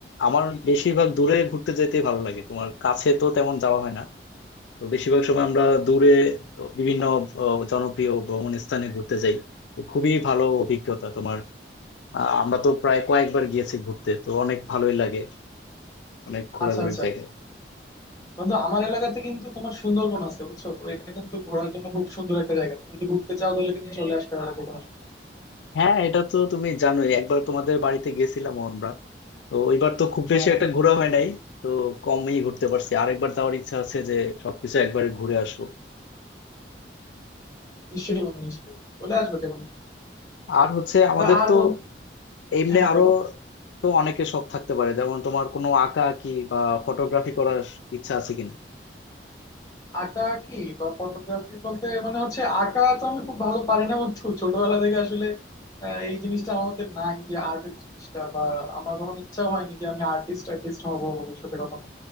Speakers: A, on the left; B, on the left.
A: আমার বেশিরভাগ দূরে ঘুরতে যেতে ভালো লাগে তোমার কাছে তো তেমন যাওয়া হয় না তো বেশিরভাগ সময় আমরা দূরে বিভিন্ন আহ, জনপ্রিয় ভ্রমণ স্থানে ঘুরতে যাই তো খুবই ভালো অভিজ্ঞতা তোমার আহ, আমরা তো প্রায় কয়েকবার গিয়েছি ঘুরতে তো অনেক ভালোই লাগে অনেক ঘোরাঘুরির
B: আচ্ছা আচ্ছা
A: জায়গা
B: বন্ধু আমার এলাকাতে কিন্তু তোমার সুন্দরবন আছে বুঝছো তো এটা কিন্তু ঘোরার জন্য খুব সুন্দর একটা জায়গা তুমি যদি ঘুরতে চাও তাহলে কিন্তু চলে আসতে পারো যে কোনো সময়।
A: হ্যাঁ এটা তো তুমি জানোই একবার তোমাদের বাড়িতে গেছিলাম আমরা তো এবার তো খুব
B: হ্যাঁ
A: বেশি একটা
B: হ্যাঁ
A: ঘোরা হয় নাই তো কমই ঘুরতে পারছি আর একবার যাওয়ার ইচ্ছা আছে যে সবকিছু একবারে ঘুরে আসবো
B: নিশ্চয়ই বন্ধু নিশ্চয়ই চলে আসবে যে কোনো সময়।
A: আর হচ্ছে আমাদের
B: তা আর
A: তো
B: বল
A: এমনি
B: হ্যাঁ হ্যাঁ,
A: আরো
B: বলো
A: তো অনেকে শখ থাকতে পারে যেমন তোমার কোনো আঁকা আঁকি বা ফটোগ্রাফি করার ইচ্ছা আছে কিনা
B: আঁকা কি বা ফটোগ্রাফি বলতে মানে হচ্ছে আঁকা তো আমি খুব ভালো পারি না বন্ধু ছোটবেলা থেকে আসলে আহ, এই জিনিসটা আমার মধ্যে নাই যে আর্টের জিনিসটা বা আমার কখনো ইচ্ছা হয়নি যে আমি আর্টিস্ট আর্টিস্ট হবো ভবিষ্যতে কখনো